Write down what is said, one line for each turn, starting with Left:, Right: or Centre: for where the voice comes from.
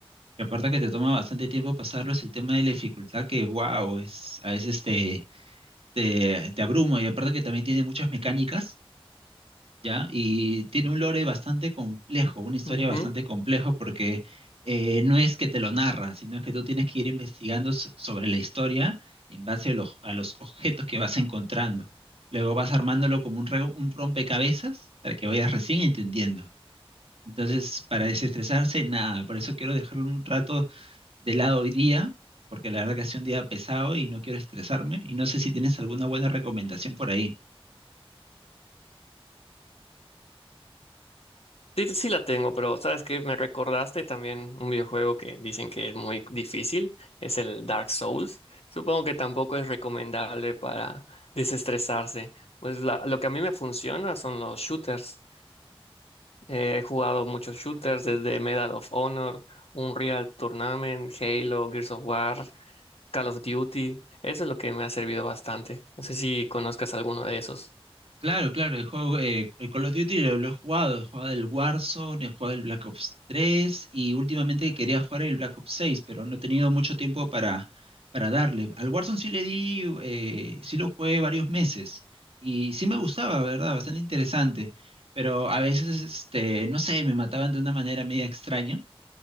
Right: Y aparte que te toma bastante tiempo pasarlo, es el tema de la dificultad que, wow, es, a veces te, te, te abruma. Y aparte que también tiene muchas mecánicas ¿ya? Y tiene un lore bastante complejo, una historia
Left: Ujú.
Right: bastante compleja porque eh, no es que te lo narra, sino es que tú tienes que ir investigando so- sobre la historia en base a los, a los objetos que vas encontrando. Luego vas armándolo como un, re- un rompecabezas para que vayas recién entendiendo. Entonces, para desestresarse, nada, por eso quiero dejarlo un rato de lado hoy día, porque la verdad que ha sido un día pesado y no quiero estresarme, y no sé si tienes alguna buena recomendación por ahí.
Left: Sí, sí la tengo, pero ¿sabes que Me recordaste también un videojuego que dicen que es muy difícil, es el Dark Souls. Supongo que tampoco es recomendable para desestresarse. Pues la- lo que a mí me funciona son los shooters. Eh, he jugado muchos shooters desde Medal of Honor, Unreal Tournament, Halo, Gears of War, Call of Duty. Eso es lo que me ha servido bastante. No sé si conozcas alguno de esos.
Right: Claro, claro, el juego, eh, el Call of Duty lo, lo he jugado, he jugado el Warzone, he jugado el Black Ops 3 y últimamente quería jugar el Black Ops 6, pero no he tenido mucho tiempo para, para darle. Al Warzone sí le di, eh, sí lo jugué varios meses y sí me gustaba, ¿verdad? Bastante interesante, pero a veces, este, no sé, me mataban de una manera media extraña,